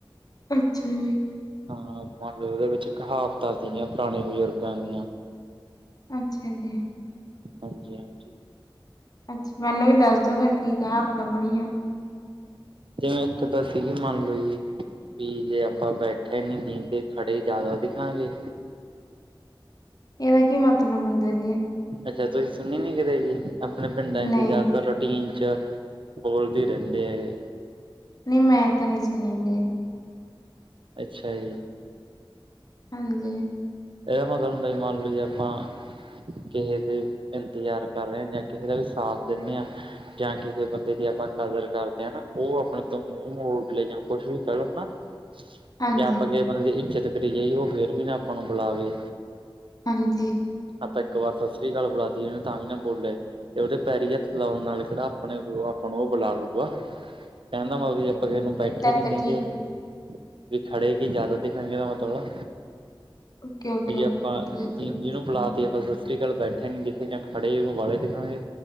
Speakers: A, on the left; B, on the right.
A: ਅੱਛਾ ਜੀ,
B: ਹਾਂ, ਉਹਦੇ ਵਿੱਚ ਕਹਾਵਤਾਂ ਸੀਗੀਆਂ ਪੁਰਾਣੇ ਬਜ਼ੁਰਗਾਂ ਦੀਆਂ।
A: ਅੱਛਾ ਜੀ,
B: ਹਾਂਜੀ ਹਾਂਜੀ,
A: ਅੱਛਾ ਮੈਨੂੰ ਵੀ ਦੱਸ ਦੋ ਫੇਰ ਕੀ ਕਹਾਵਤਾਂ ਬਣੀਆਂ।
B: ਜਿਵੇਂ ਇੱਕ ਤਾਂ ਸੀ ਗੀ ਮੰਨ ਲਓ ਜੀ। ਵੀ ਜੇ ਆਪਾਂ ਬੈਠੇ ਨੀ ਦਿੰਦੇ ਖੜੇ ਜ਼ਿਆਦਾ ਦਿਖਾਂਗੇ।
A: ਇਹਦਾ ਕੀ ਮਤਲਬ ਹੁੰਦਾ ਜੀ।
B: ਅੱਛਾ, ਤੁਸੀਂ ਸੁਣੀ ਨੀ ਕਿਤੇ ਜੀ ਆਪਣੇ ਪਿੰਡਾਂ ਚ
A: ਨਹੀਂ
B: ਤੇ ਜ਼ਿਆਦਾਤਰ
A: ਜੀ,
B: ਰੋ ਟੀਨ ਚ ਬੋਲਦੇ ਰਹਿੰਦੇ ਐ ਗੇ।
A: ਨਹੀਂ ਮੈਂ ਤਾਂ ਨੀ ਸੁਣੀ ਜੀ।
B: ਅੱਛਾ ਜੀ,
A: ਹਾਂਜੀ,
B: ਇਹ ਦਾ ਮਤਲਬ ਹੁੰਦਾ ਮੰਨ ਲਓ ਜੀ ਆਪਾਂ, ਕਿਸੇ ਦੇ ਇੰਤਜ਼ਾਰ ਕਰ ਰਹੇ ਜਾਂ ਕਿਸੇ ਦਾ ਵੀ ਸਾਥ ਦੀਨੇ ਆ, ਜਾਂ ਕਿਸੇ ਬੰਦੇ ਦੀ ਆਪਾਂ ਕਦਰ ਕਰਦੇ ਆ ਨਾ ਉਹ ਆਪਣੇ ਤੋਂ ਮੂੰਹ ਮੋੜਲੇ ਜਾਂ ਕੁਛ ਵੀ ਕਰੋ ਨਾ
A: ਹਾਂਜੀ,
B: ਜੇ ਆਪਾਂ ਕਿਸ ਬੰਦੇ ਦੀ ਇੱਜਤ ਕਰੀ ਜਾਈ ਉਹ ਫੇਰ ਵੀ ਨਾ ਆਪਾਂ ਨੂੰ ਬੁਲਾਵੇ।
A: ਹਾਂਜੀ,
B: ਆਪਾਂ ਇੱਕ ਵਾਰ ਸਤਿ ਸ੍ਰੀ ਅਕਾਲ ਬੁਲਾ ਤੀ ਹਨਾ ਤਾਂ ਵੀ ਨਾ ਬੋਲੇ। ਤੇ ਉਹਦੇ ਪੈਰੀ ਹੱਥ ਲਾਉਣ ਨਾਲ ਕਿਹੜਾ ਆਪਣੇ ਆਪ ਨੂੰ ਉਹ ਬੁਲਾ ਲੂਗਾ। ਕਹਿਣ ਦਾ ਮਤਲਬ
A: ਓਕੇ
B: ਵੀ ਆਪਾਂ
A: ਜੀ।
B: ਕਿਸੇ ਨੂੰ ਬੈਠੇ
A: ਅੱਛਾ ਅੱਛਾ
B: ਨੀ ਦਿੰਦੇ।
A: ਠੀਕ ਹੈ,
B: ਵੀ ਖੜੇ ਕੀ ਜ਼ਿਆਦਾ ਦਿਖਾਂਗੇ ਏਦਾ ਮਤਲਬ,
A: ਓਕੇ ਓਕੇ
B: ਜੇ
A: ਓਕੇ
B: ਆਪਾਂ
A: ਠੀਕ
B: ਜਿਹਨੂੰ
A: ਹੈ ਜੀ। ਸਮਝ
B: ਬੁਲਾ ਤੀ
A: ਆ
B: ਆਪਾਂ
A: ਗਿਆ।
B: ਸ ਅਕਾਲ ਬੈਠੇ ਨੀ ਦਿਖੇ ਜਾਂ ਖੜੇ ਓਹਨੂੰ ਵਾਲੇ ਦਿਖਾਂਗੇ